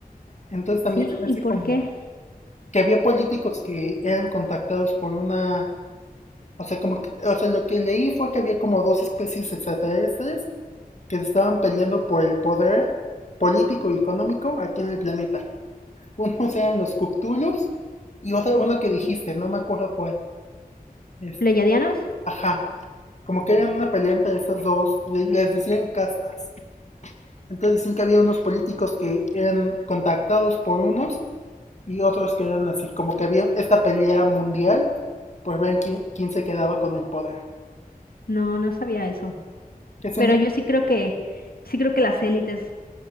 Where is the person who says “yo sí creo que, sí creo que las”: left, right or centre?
Left